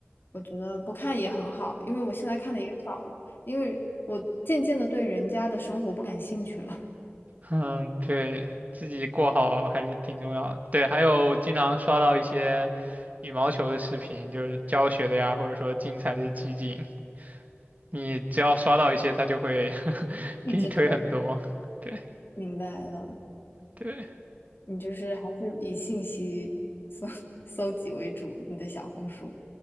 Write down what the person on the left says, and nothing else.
我觉得不看也很好，因为我现在看的也少了，因为我渐渐的对人家的生活不感兴趣了，
<laughs>
一直推。
明白了，
你就是还是以信息搜 <laughs> 搜集为主，你的小红书。